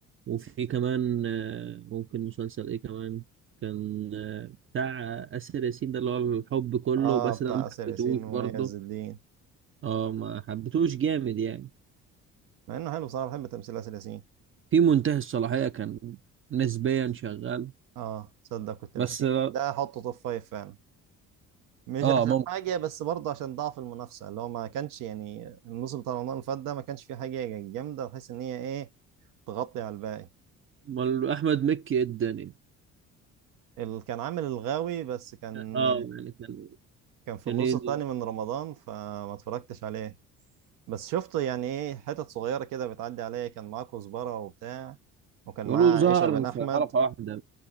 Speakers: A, on the right; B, on the right.
A: وفي كمان آه، ممكن مسلسل ايه كمان كان آه، بتاع آه، آسر ياسين ده اللي هو الحب كله
B: اه
A: بس
B: بتاع
A: ده ما
B: آسر
A: حبيتهوش
B: ياسين ومميز
A: برضه
B: الدين
A: اه ما حبيتهوش جامد يعني
B: مع انه حلو صراحة بحب تمثيل آسر ياسين
A: في منتهي الصلاحية كان نسبيا شغال
B: اه تصدق كنت
A: بس
B: ناسيه
A: اه
B: ده احطه توب فايف فعلا مش
A: آه،
B: عشان
A: ممكن
B: حاجة بس برضه عشان ضعف المنافسة اللي هو ما كانش يعني الموسم بتاع رمضان اللي فات ده ما كانش فيه حاجة جامدة بحيث ان هي ايه تغطي على الباقي
A: امال احمد مكي إيه الدنيا
B: اللي كان عامل الغاوي بس كان
A: اه يعني كان
B: كان في
A: كان
B: النص
A: إيه ال-
B: التاني من رمضان فما اتفرجتش عليه بس شفت يعني ايه حتت صغيرة كده بتعدي عليا كان معاه كزبرة وبتاع وكان
A: يقولوا
B: معاه
A: ظهر
B: عيشة بن أحمد
A: في حلقة واحدة